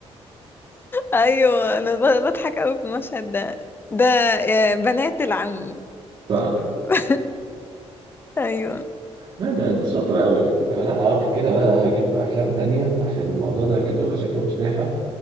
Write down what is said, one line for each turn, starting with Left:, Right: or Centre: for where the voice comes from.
Left: أيوه أنا ب- بضحك أوي في المشهد ده ده آه، بنات العم
Right: صح
Left: <laughs> أيوه
Right: لا ده انت شاطره قوي لا اروح كده بقى اجيب افلام تانية عشان الموضوع ده كله شكله مش نافع